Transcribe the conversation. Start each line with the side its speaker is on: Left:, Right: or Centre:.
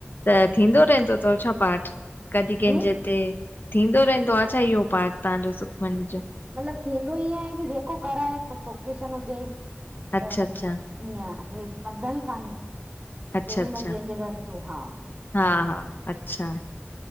Left: त थींदो रहंदो तवं छा पाठ? कॾहिं कंहिंजे
Right: जी
Left: हिते थींदो रहंदो आ छा इहो पाठ तव्हांजो सुखमनी जो?
Right: मतलब थींदो ईअं आहे की जेको कराए को ओकेशन हुजे
Left: अच्छा
Right: त ईअं
Left: अच्छा
Right: हं पधल कान्हे।
Left: अच्छा
Right: जेॾीमल
Left: अच्छा
Right: जंहिंजे घर थ्यो हा।
Left: हा हा अच्छा